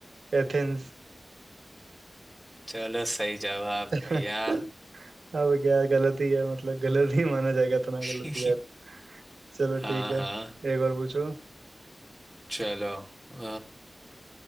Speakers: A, on the right; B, in the centre.
A: एथेंस
B: चलो सही जवाब
A: अब
B: भैया
A: क्या गलती है मतलब गलत ही माना जाएगा इतना गलती
B: <laughs>
A: है चलो
B: हाँ
A: ठीक
B: हाँ
A: है एक और पूछो
B: चलो अ,